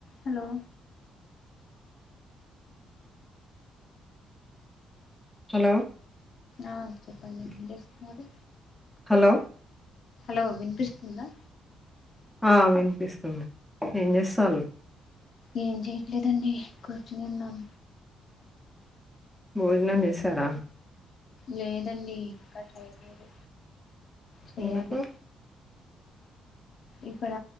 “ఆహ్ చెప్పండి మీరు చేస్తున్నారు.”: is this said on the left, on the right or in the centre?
Left